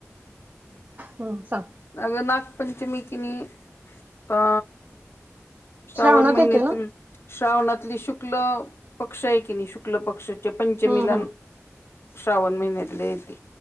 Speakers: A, on the right; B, on the left.
A: हम्म सांग.
B: अग नागपंचमी किनई आ अ श्रावण
A: श्रावणात
B: महिन्यातील
A: येते ना
B: श्रावणातली शुक्ल पक्ष आहे की नाही शुक्ल पक्ष च्या पंचमीला
A: हम्म हम्म
B: श्रावण महिन्यातल्या येते